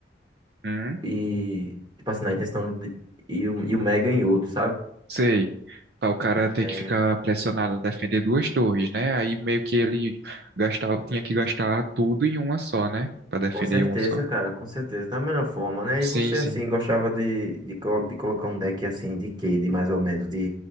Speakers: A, on the right; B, on the right.
A: Hum?
B: e, tipo assim, na intenção de, e, o, e o Mega em outro, sabe?
A: Sei. Pra o cara ter
B: É,
A: que ficar pressionado a defender duas torres, né? Aí meio que ele gastava, tinha que gastar tudo em uma só, né? Pra defender
B: com certeza,
A: uma só.
B: cara, com certeza. Da melhor forma, né?
A: Sim,
B: E você,
A: sim.
B: assim, gostava de, de, col- de colocar um deck assim, de quê? De mais ou menos?